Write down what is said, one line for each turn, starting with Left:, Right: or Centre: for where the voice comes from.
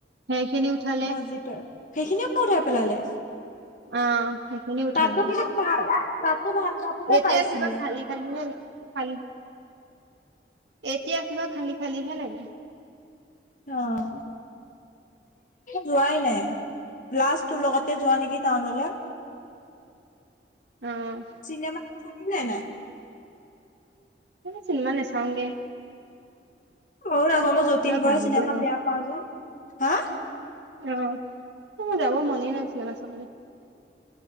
Right: সেইখিনি উঠালে
Left: মছজিদৰ সেইখিনিও উঠাই পেলালে?
Right: অ'। সেইখিনিও উঠালে,
Left: তাতো কিন্তু ভাল তাতো ভাল কাপোৰে
Right: এতিয়া
Left: পাইছিলে
Right: কিবা খালি খালিহে খালি এতিয়া কিবা খালি খালিহে লাগে।
Left: অ'। যোৱাই নাই, লাষ্টৰ তোৰ লগতে যোৱা নেকি টাউনলৈ।
Right: অ'।
Left: চিনেমা চালি নে নাই?
Right: চিনেমা নাচাওঁগে।
Left: অ' মইয়ো নাজানো মই যতীন বৰাৰ
Right: ভাবিবই
Left: চিনেমা বেয়া পাওঁ যে। হা
Right: অ' মোৰ যাব মনে নাই চিনেমা চাবলৈ।